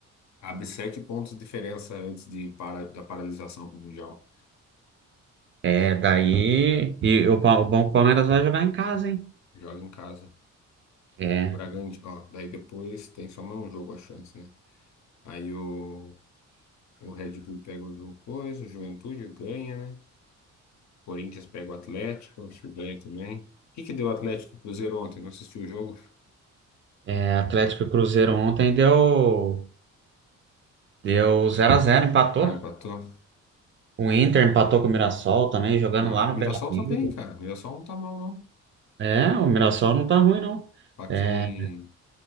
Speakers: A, on the left (about 65°); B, on the right (about 40°).
A: Abre sete pontos de diferença antes de para, da paralisação com o Mundial.
B: É, daí. E o, Pa- o bom é que o Palmeiras vai jogar em casa, hein?
A: Joga em casa.
B: É.
A: Bragantino, ó, daí depois tem só mais um jogo a chance, né? Aí o, o Red Bull pega o Ju- coisa, o Juventude ganha, né? Corinthians pega o Atlético, acho que ganha também. O que que deu o Atlético e Cruzeiro ontem? Não assistiu o jogo?
B: É, Atlético e Cruzeiro ontem deu deu zero a zero empatou.
A: Ah, empatou.
B: O Inter empatou com o Mirassol também, jogando
A: Ah,
B: lá no
A: o Mirassol
B: Beira-Rio.
A: tá bem, cara. O Mirassol não tá mal, não.
B: É, o Mirassol não tá ruim não.
A: Pra
B: É,
A: quem